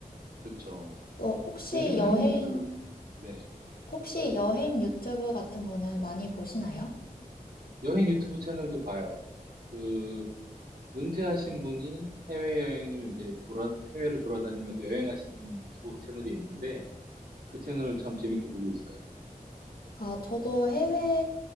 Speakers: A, on the right; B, on the left.
A: 그쵸.
B: 어, 혹시
A: 요즘에
B: 여행,
A: 한국 사람, 네.
B: 혹시 여행 유튜브 같은 거는 많이 보시나요?
A: 여행 유튜브 채널도 봐요. 그, 은퇴하신 분이 해외여행을 이제 돌아, 해외를 돌아다니면서 여행하시는 유튜브 채널이 있는데 그 채널을 참 재밌게 보고 있어요.
B: 아, 저도 해외